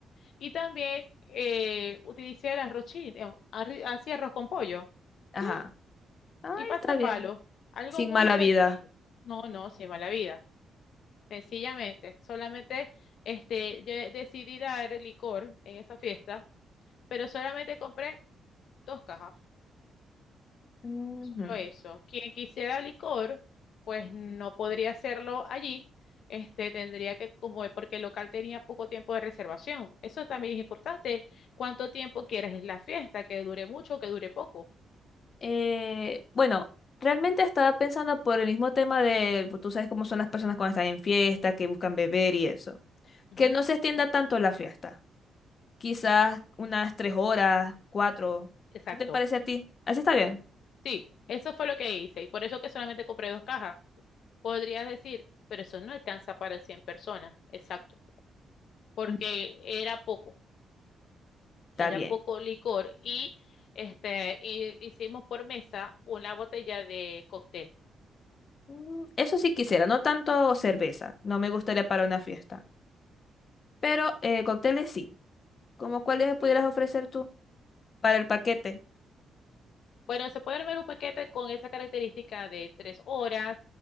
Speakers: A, on the left; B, on the left.
A: Y también eh, utilicé el arroz chino, eh, arri- hacía arroz con pollo.
B: Ajá.
A: Ya,
B: Ay,
A: Y pasapalo,
B: está bien.
A: algo
B: Sin
A: muy
B: mala
A: sencillo.
B: vida.
A: No, no, sin mala vida. Sencillamente, solamente este, yo decidí dar licor en esa fiesta, pero solamente compré dos cajas,
B: Ujú.
A: solo eso. Quien quisiera licor, pues no podría hacerlo allí. Este, tendría que, como porque el local tenía poco tiempo de reservación. Eso también es importante. ¿Cuánto tiempo quieres la fiesta? Que dure mucho, o que dure poco.
B: Eh, bueno, realmente estaba pensando por el mismo tema de, pues, tú sabes cómo son las personas cuando están en fiesta, que buscan beber y eso.
A: Ujú,
B: Que no se extienda tanto la fiesta. Quizás
A: ujú,
B: unas tres horas, cuatro.
A: Exacto.
B: ¿Qué te parece a ti? ¿Así está bien?
A: Sí, eso fue lo que hice y por eso que solamente compré dos cajas. Podrías decir, pero eso no alcanza para 100 personas, exacto, porque
B: Mm,
A: era poco,
B: Está
A: era
B: bien.
A: poco licor y este y hicimos por mesa una botella de cóctel.
B: Mm, Eso sí quisiera, no tanto cerveza. No me gustaría para una fiesta. Pero eh, cócteles sí. ¿Cómo cuáles
A: Sí.
B: me pudieras ofrecer tú para el paquete?
A: Bueno, se puede armar un paquete con esa característica de tres horas,